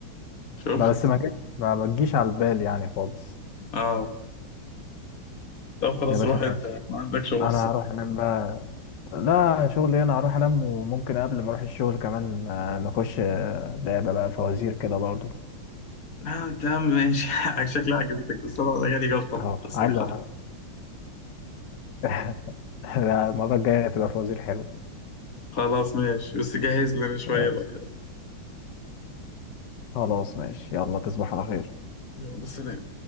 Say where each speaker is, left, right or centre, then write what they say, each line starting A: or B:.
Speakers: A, on the left (about 45°); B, on the left (about 60°).
A: شفت
B: ما بس ما جت ما ما تجيش على البال يعني خالص
A: اه لا خلاص
B: يا باشا
A: روح
B: انا
A: انت
B: اسف
A: ما عندك شغل
B: انا
A: الصبح
B: هروح انام بقى لا شغلي انا هروح انام وممكن قبل ما اروح الشغل كمان آه، نخش آه، لعبة بقى فوازير كده برضو
A: آه تمام ماشي <laughs> شكلها عجبتك بس انا أنا جالي جلطة
B: اهو
A: من القصة
B: عايز
A: دي خلاص
B: أ- <laughs> المرة الجاية تبقى فوازير حلوة
A: خلاص ماشي بس جهز لنا شوية
B: آه،
A: بقى
B: خلاص ماشي يلا تصبح على خير
A: يلا سلام